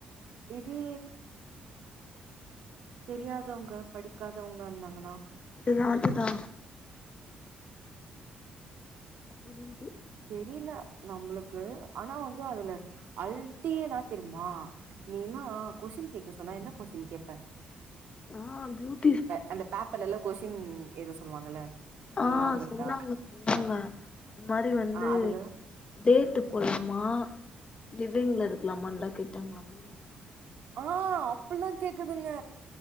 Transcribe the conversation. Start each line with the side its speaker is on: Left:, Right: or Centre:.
Right: இது தெரியாதவங்க படிக்காதவங்ளார்ந்தாங்னா
Left: அதுதா அதுதா புரியுது
Right: தெரில நம்புளுக்கு ஆனா வந்து அதுல அல்ட்டியேன்னா தெர்மா நீலான் கொஸின் கேக்க சொன்னா என்னா கொஸின் கேட்ப
Left: நா புளூத்
Right: இப்ப அந்த பேப்பர்ல்லா கொஷின் எய்த சொல்லுவாங்கல்ல உனக்கு
Left: ஆ
Right: ஞாபகம்
Left: சொன்னாங்க
Right: இருக்கா
Left: சொன்னாங்க இந்த மாதிரி வந்து
Right: ஆ அதுல
Left: டேட்டு போலாமா லிவிங்ல இருக்கலாமல்லா கேட்டாங்கலாமே
Right: அ அப்புல்லா கேக்குதுங்க